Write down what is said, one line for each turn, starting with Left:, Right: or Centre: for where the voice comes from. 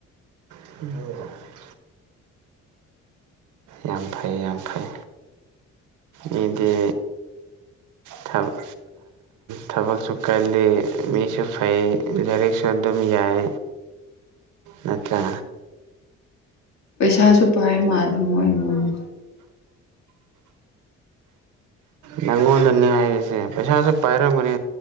Right: <inaudible> ꯌꯥꯝ ꯐꯩ ꯌꯥꯝ ꯐꯩ ꯃꯤꯗꯤ ꯊꯕꯛ ꯊꯕꯛꯁꯨ ꯀꯜꯂꯤ ꯃꯤꯁꯨ ꯐꯩ ꯂꯥꯏꯔꯤꯛꯁꯨ ꯑꯗꯨꯝ ꯌꯥꯏ ꯅꯠꯇ꯭ꯔ
Left: ꯄꯩꯁꯥꯁꯨ ꯄꯥꯏ ꯃꯥꯜꯂꯦ ꯃꯣꯏ ꯏꯃꯨꯡꯗꯣ
Right: ꯅꯪꯉꯣꯟꯗꯅꯦ ꯍꯥꯏꯔꯤꯁꯦ ꯄꯩꯁꯥꯁꯨ ꯄꯥꯏꯔꯝꯒꯥꯅꯤ